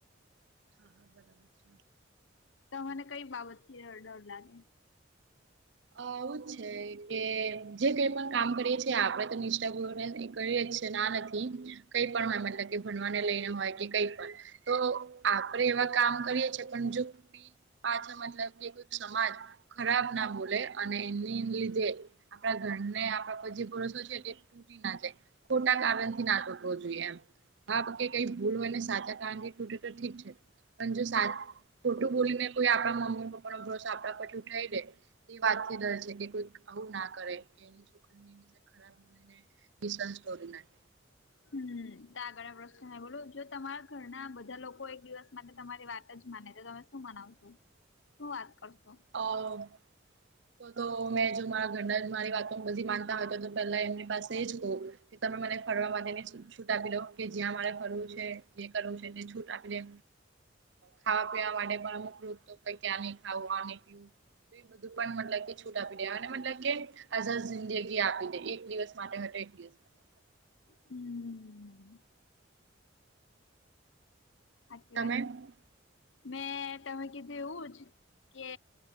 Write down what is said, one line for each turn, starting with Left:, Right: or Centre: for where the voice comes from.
Right: હા હા બરાબર છે.
Left: તમને કઈ બાબત થી અ ડર લાગે.
Right: અ એવુ જ છે કે જે કઈ પણ કામ કરીએ છી આપડે તો નિષ્ઠાપૂર્વકથી કરીએ જ તે ના નથી કઈ પણ હોય મતલબ કે ભણવાને લઈને હોય કે કઈ પણ. તો આપડે એવા કામ કરીએ છે પણ જો પાછા મતલબ કે કોઈ સમાજ ખરાબ ના બોલ એટલે અને એની લીધે આપડા ઘરને આપણા પર જે ભરોસો છે તે. તૂટી ના જાય ખોટા કારણથી ના તૂટવો જોઈએ એમ. હા પકી કઈ ભૂલ હોય ને સાચા કારણ થી ટૂટે તો ઠીક છે. પણ જો સાત ખોટું બોલીને કોઈ આપણા મમ્મી પપ્પાનો ભરોસો આપણા પરથી ઉઠાઇ દે. એ વાતથી ડર છે કે કોઈક પણ આવું ના કરે કે એની છોકરીને વિ ખરાબ બોલીને વિશ્વાસ તોડી નાખે.
Left: હમ આગળ પ્રશ્ન બોલો જો તમારા ઘરના બધા લોકો એક દિવસ માટે તમારી વાત જ માને તો તમે શું મનાવશું શું વાત કરશો.
Right: અ. તો તો મેં જો મારા ઘરના જ મારી વાતો બધી માનતા હોય તો તો પેલા એમની પાસે જ કહું. કે તમે મને ફરવા માટેની છૂટ આપી દો કે જ્યાં મારે ફરવું છે જે કરવું છે તેને છૂટ આપી દે. ખાવા પીવા માટે પણ અમુક રૂપ તો ક્યાં ન ખાવું, આ પીવું, બધું પણ મતલબ કે છૂટ આપી દે અને મતલબ કે આઝાદ જિંદગી આપી દે એક દિવસ માટે હતો એક દિવસ. માટે
Left: હમ્મ. સાચી
Right: તમે
Left: વાત
Right: હા
Left: મેં તમે કીધું એવું જ, કે